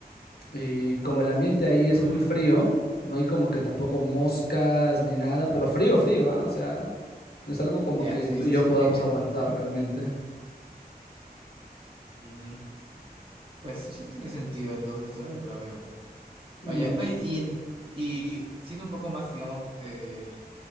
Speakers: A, on the left; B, on the right.
A: Y como el ambiente ahí es
B: Mm,
A: muy frío, no hay como que tampoco moscas ni nada, pero frío, frío, ¿ah? O sea, no es algo como
B: ya,
A: que
B: sí,
A: tú
B: sí,
A: y yo
B: sí.
A: podamos
B: <laughs>
A: aguantar realmente.
B: Mm, pues eso tiene sentido entonces, ahora que lo veo. Vaya,
A: Mm,
B: oye, y, en- y siendo un poco más, digamos, eh,